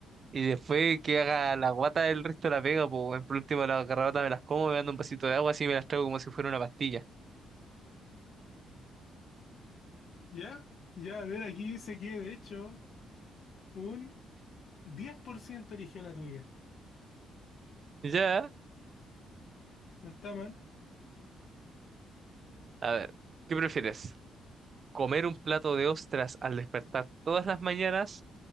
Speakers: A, on the right; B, on the left.
A: y después que haga la guata el resto la pega, pues, weón. por último la garrapata me las como, me dando un vasito de agua, así me las traigo como si fuera una pastilla.
B: ¿Ya? Ya, a ver, aquí dice que de hecho un 10% eligió la tuya.
A: Ya,
B: No está mal.
A: a ver, ¿qué prefieres? ¿Comer un plato de ostras al despertar todas las mañanas